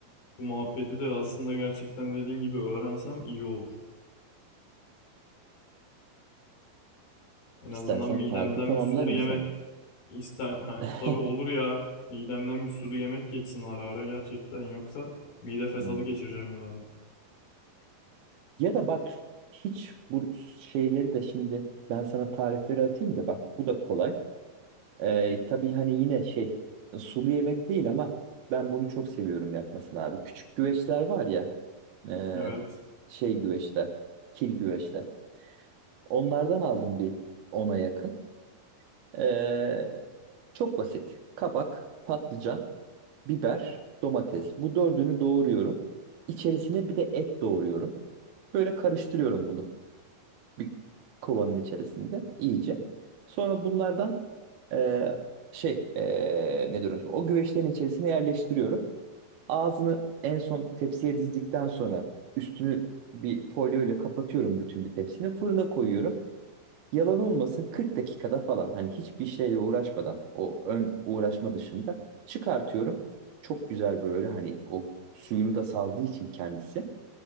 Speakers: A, on the left (about 60°); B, on the right (about 75°).
A: Bu muhabbeti de aslında gerçekten dediğin gibi öğrensem iyi olur. En
B: İstersen
A: azından midemden
B: tarifi tamamlarım
A: bir sulu yemek
B: sana.
A: iste ha,
B: <laughs>
A: tabii olur ya. Midemden bir sulu yemek geçsin ara ara gerçekten yoksa mide fesadı
B: Hmm.
A: geçireceğim yani.
B: Ya da bak hiç bu şeyleri de şimdi ben sana tarifleri atayım da bak bu da kolay. Ee, tabii hani yine şey sulu yemek değil ama ben bunu çok seviyorum yapmasını abi. Küçük güveçler var ya e,
A: Evet.
B: şey güveçler, kil güveçler. Onlardan aldım bir ona yakın. Ee, çok basit. Kabak, patlıcan, biber, domates. Bu dördünü doğruyorum. İçerisine bir de et doğruyorum. Böyle karıştırıyorum bunu. bir kovanın içerisinde iyice. Sonra bunlardan e, şey e, ne diyorum o güveçlerin içerisine yerleştiriyorum. Ağzını en son tepsiye dizdikten sonra üstünü bir folyo ile kapatıyorum bütün bir tepsini. Fırına koyuyorum. Yalan olmasın 40 dakikada falan hani hiçbir şeyle uğraşmadan o ön uğraşma dışında çıkartıyorum. Çok güzel böyle hani o suyunu da saldığı için kendisi.